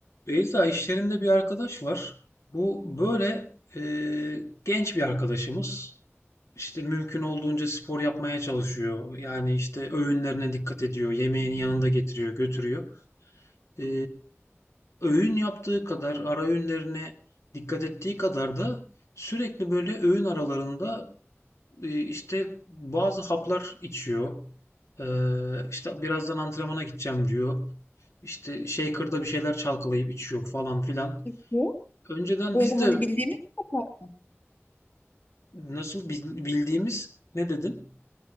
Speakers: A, on the left; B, on the left.
A: Beyza işlerinde bir arkadaş var. Bu böyle e, genç bir arkadaşımız. İşte mümkün olduğunca spor yapmaya çalışıyor. Yani işte öğünlerine dikkat ediyor. Yemeğini yanında getiriyor, götürüyor. E, öğün yaptığı kadar, ara öğünlerine dikkat ettiği kadar da sürekli böyle öğün aralarında e, işte bazı haplar içiyor. E, işte birazdan antrenmana gideceğim diyor. İşte shaker'da bir şeyler çalkalayıp içiyor falan filan.
B: içiyor?
A: Önceden
B: Böyle
A: biz
B: hani
A: de
B: bildiğimiz saplar.
A: nasıl bil- bildiğimiz ne dedin?